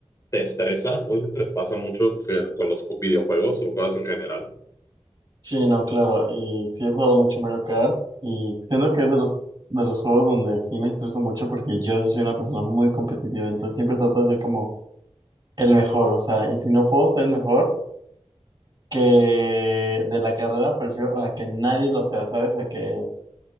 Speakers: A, on the left; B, on the right.
A: te estresa, o te pasa mucho que- con los videojuegos o cosas en general.
B: Sí, no, claro, y sí he jugado mucho Mario Kart y siento que es de los de los juegos donde sí me estreso mucho porque yo sí soy una persona muy competitiva, entonces siempre trato de ser como el mejor, o sea, y si no puedo ser el mejor que de la carrera, prefiero o sea que nadie lo sea, ¿sabes? A que